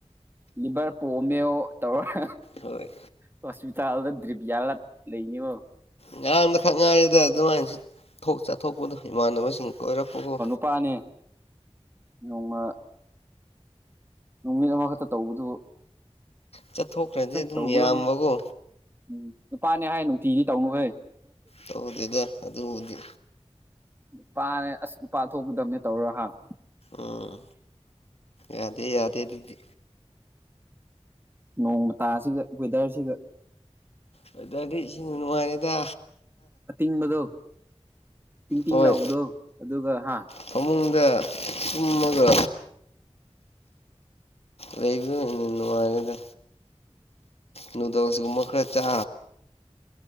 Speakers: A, on the right (about 20°); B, on the left (about 65°).
A: ꯂꯤꯚꯔ ꯄꯣꯝꯃꯦꯣ ꯇꯧꯔ
B: ꯍꯣꯏ
A: ꯍꯣꯁꯄꯤꯇꯥꯜꯗ ꯗ꯭ꯔꯤꯔꯤꯕꯌꯥꯒ ꯂꯩꯅꯤꯉꯣ
B: ꯉꯔꯥꯡꯅ ꯈꯛ ꯉꯥꯏꯔꯤꯗ ꯑꯗꯨꯃꯥꯏꯅꯁꯨꯣꯛ ꯆꯥꯊꯣꯛꯄꯗꯣ ꯏꯃꯥꯟꯅꯕꯁꯤꯡ ꯀꯣꯏꯔꯛꯄꯒ
A: ꯄꯥꯅꯦ ꯅꯣꯡꯃ ꯅꯨꯃꯤꯠ ꯑꯃꯈꯛꯇ ꯇꯧꯕꯗꯨ
B: ꯆꯠꯊꯣꯛꯈ꯭ꯔꯗꯤꯦ ꯑꯗꯨꯝ
A: ꯇꯧꯒꯗꯕꯅꯤ
B: ꯌꯥꯝꯌꯥꯝꯕꯀꯣ
A: ꯎꯝ ꯅꯨꯄꯥꯅꯦ ꯍꯥꯏ ꯅꯨꯡꯇꯤꯒꯤ ꯇꯧꯅꯨꯍꯣꯏ
B: ꯇꯧꯗꯦꯗ ꯑꯗꯨꯕꯨꯗꯤ
A: ꯅꯨꯄꯥꯅꯦ ꯑꯁ ꯅꯨꯄꯥ ꯊꯣꯛꯀꯗꯕꯅꯦ ꯇꯧꯔ ꯍꯥꯥ
B: ꯎꯝ ꯌꯥꯗꯦ ꯌꯥꯗꯦ ꯑꯗꯨꯗꯤ
A: ꯅꯣꯡꯃ ꯇꯥꯁꯤꯒ ꯋꯦꯗꯔꯁꯤꯒ
B: ꯍꯣꯏꯗꯗꯤ ꯏꯁꯤꯡꯅ ꯅꯨꯡꯉꯥꯏꯔꯤꯦꯗ
A: ꯇꯤꯡꯕꯗꯣ ꯇꯤꯡ ꯇꯤꯡ
B: ꯍꯣꯏ
A: ꯂꯥꯎꯕꯗꯣ ꯑꯗꯨꯒ ꯍꯥ
B: ꯐꯃꯨꯡꯗ ꯆꯨꯝꯃꯒ ꯂꯩꯕꯗ ꯅꯒꯤꯗ ꯅꯨꯗꯁꯤꯒꯨꯝꯃꯈꯔ ꯆ